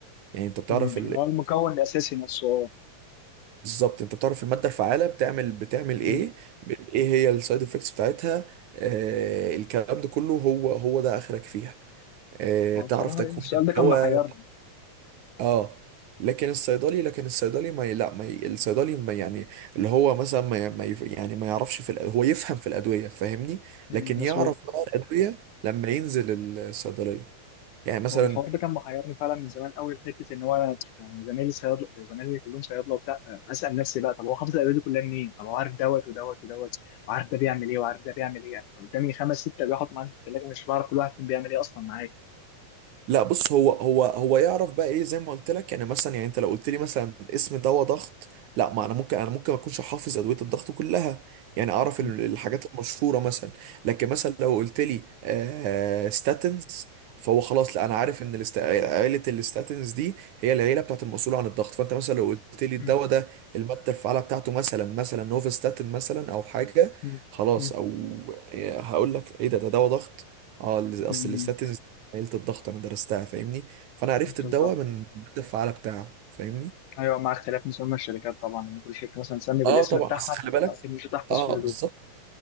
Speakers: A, on the right; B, on the left.
A: يعني انت بتعرف
B: مم. اللي هو المكون الاساسي نفسه اه
A: بالظبط انت بتعرف الماده الفعاله بتعمل بتعمل ايه
B: مم.
A: بال- ايه هي السايد افكتس بتاعتها آه الكلام ده كله هو هو ده اخرك فيها آه
B: هو
A: تعرف
B: الصراحه
A: تكوين
B: لأن السؤال
A: الدواء
B: ده كان محيرني
A: اه لكن الصيدلي لكن الصيدلي ما ي- لا ما ي- الصيدلي ما يعني اللي هو مثلا ما ي- ما يف- يعني ما يعرفش في الأد- هو يفهم في الادويه فاهمني
B: مم،
A: لكن يعرف
B: مظبوط
A: بقى الادويه لما ينزل الصيدليه يعني مثلا
B: هو الحوار ده كان محيرني فعلا من زمان قوي في حته ان هو أنا- يعني زمايلي صيادله زمايلي كلهم صيادله وبتاع آه، اسال نفسي بقى طب هو حافظ الادويه دي كلها منين؟ طب هو عارف دوت ودوت ودوت وعارف ده بيعمل ايه وعارف ده بيعمل ايه انا قدامي خمس ست ادويه حاطهم عندي في الثلاجه مش بعرف كل واحد فيهم بيعمل ايه اصلا معايا
A: لا بص هو هو هو يعرف بقى ايه زي ما قلت لك يعني مثلا يعني انت لو قلت لي مثلا اسم دواء ضغط لا ما انا ممكن انا ممكن ما اكونش حافظ ادويه الضغط كلها يعني اعرف
B: مم،
A: ال- الحاجات المشهوره مثلا لكن مثلا لو قلت لي آه ستاتنز فهو خلاص لا انا عارف ان الاست- عيله الستاتنز دي هي العيله بتاعت المسؤول عن الضغط فانت مثلا لو قلت لي الدواء
B: مم،
A: ده الماده الفعاله بتاعته مثلا مثلا نوفستاتين مثلا او حاجه
B: مم،
A: خلاص
B: مم،
A: او هقول لك ايه ده ده دواء ضغط اه
B: مم،
A: اصل الستاتنز عيلة الضغط انا درستها فاهمني فانا عرفت
B: بالظبط
A: الدواء من المادة الفعالة بتاعه فاهمني
B: ايوه مع اختلاف مسمى الشركات طبعا ان كل شركه مثلا تسمي بالاسم
A: اه طبعا
B: بتاعها
A: اصل خلي
B: فانت
A: بالك
B: اكيد مش هتحفظ
A: اه
B: كل دول
A: بالظبط